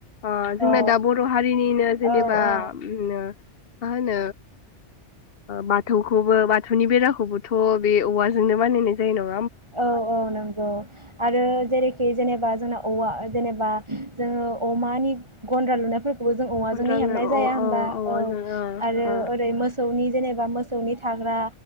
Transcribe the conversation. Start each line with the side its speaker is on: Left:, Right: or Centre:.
Left: ओ जोंना
Right: औ
Left: दा बर' हारिनिनो जेनेबा
Right: औ। औ
Left: <unintelligible> मा होनो बाथौखौबो बाथौनि बेराखौबोथ बे औवाजोंनो बानायनाय जायो नामा
Right: औ औ नोंगौ आरो जेरैखि जेनेबा जोंना औवा जेनेबा जोङो अमानि गन्द्रा लुनायफोरख बो जों औवाजोंनो
Left: खनद्रानो
Right: हेबनाय जाया
Left: अ
Right: होनबा
Left: अ औवाजों
Right: औ
Left: ओ
Right: आरो
Left: ओ
Right: ओरै मोसौनि जेनेबा मोसौनि थाग्रा